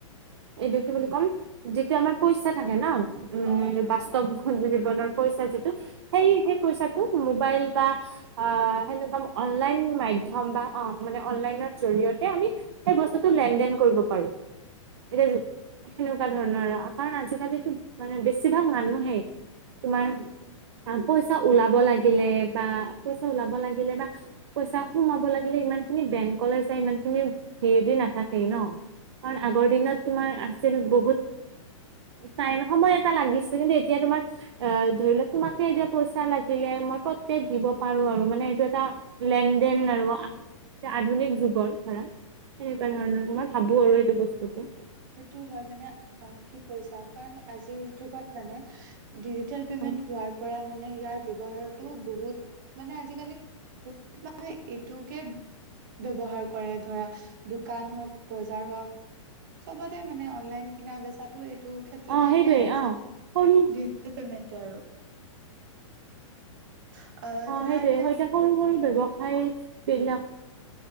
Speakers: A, on the right; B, on the right.
A: এইটো কি বুলি ক'ম, যিটো আমাৰ পইচা থাকে ন' উ
B: অ
A: বাস্তৱ যদি কোনো পইচা যিটো, সেই হেই পইচাটো মোবাইল বা আ এনেকুৱা অ অনলাইন মাধ্যম বা অ মানে অনলাইনৰ জৰিয়তে আমি সেই বস্তুটো লেন- দেন কৰিব পাৰোঁ। এতিয়া সেনেকুৱা ধৰণৰ কাৰণ আজিকালিতো মানে বেছিভাগ মানুহেই- তোমাৰ
B: অ
A: পইচা ওলাব লাগিলে বা পইচা ওলাব লাগিলে বা পইচা সোমাব লাগিলে ইমান এইখিনি বেংক লৈ যায় ইমানখিনি ভিৰ দি নাথাকে ন', কাৰণ আগৰ
B: অ
A: দিনত তুমাৰ যেনে বহুত টাইম সময় এটা লাগিছে কিন্তু এতিয়া তোমাক আ ধৰি লোৱা তোমাকে এতিয়া পইচা লাগিলে। মই পতকে দিব পাৰো আৰু মানে এইটো এটা লেন- দেন আৰু আধুনিক যুগৰ ধৰা তেনেকুৱা ধৰণৰ
B: অ
A: মই ভাবো আৰু এইটো বস্তুটো।
B: সেইটো হয় মানে আহ ঠিক কৈছা, কাৰণ আজিৰ যুগত মানে ডিজিটেল
A: বস্তুটো
B: পেমেন্ট হোৱাৰ পৰা মানে ইয়াৰ ব্যৱহাৰটো বহুত মানে আজিকালি বহুত মানুহে এইটোকে ব্যৱহাৰ কৰে ধৰা দোকান হওঁক বজাৰ হওঁক। চবতে মানে অনলাইন কিনা বেচাটো এইটো ক্ষেত্ৰতে
A: অ সেইটোৱে
B: এতিয়া ডিজি
A: অ সৰু
B: ডিজিটেল পেমেণ্ট। এতিয়া আৰু অ
A: অ',
B: ধৰা
A: সেইটোয়ে
B: এতিয়া
A: হয় সৰু সৰু ব্যৱসায় বিলাক।